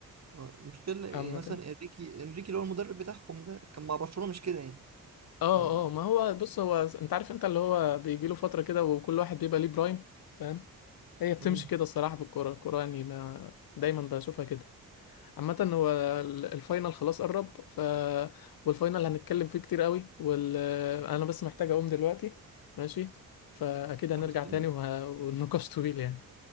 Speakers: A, on the right; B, on the left.
A: آه، مشكلة يعني
B: عامة
A: مثلا انريكي انريكي اللي هو المدرب بتاعهم ده كان مع برشلونة مش كده يعني
B: اه
A: يعني ما-
B: اه ما هو بص هو انت عارف انت اللي هو بيجي له فترة كده وكل واحد بيبقى ليه برايم فاهم هي بتمشي
A: مم.
B: كده الصراحة في الكورة الكورة يعني ما دايما بشوفها كده عامة هو ال- الفاينل خلاص قرب ف والفاينل هنتكلم فيه كتير قوي وال... انا بس محتاج اقوم دلوقتي ماشي فاكيد هنرجع
A: طب استنى
B: تاني وه... والنقاش طويل يعني